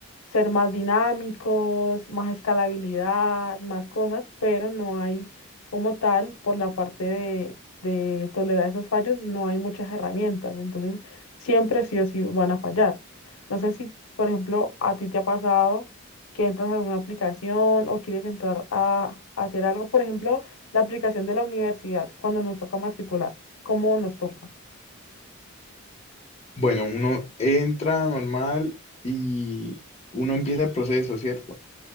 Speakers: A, on the left (about 85°); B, on the left (about 30°).
A: ser más dinámicos, más escalabilidad, más cosas, pero no hay como tal, por la parte de, de tolerar esos fallos, no hay muchas herramientas, entonces siempre sí o sí van a fallar. No sé si, por ejemplo, a ti te ha pasado que entras a alguna aplicación o quieres entrar a hacer algo, por ejemplo, la aplicación de la universidad cuando nos toca matricular, ¿cómo nos toca?
B: bueno, uno entra normal y uno empieza el proceso, ¿cierto?